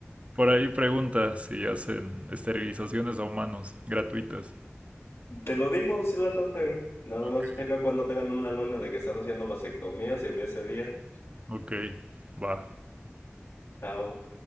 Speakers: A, on the right; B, on the left.
A: Por ahí pregunta si hacen esterilizaciones a humanos gratuitas.
B: Te lo digo si las hacen. Nada
A: Ok,
B: más checa cuando tengan una lona de que están haciendo vasectomías y ve ese día.
A: ok, va.
B: Chao.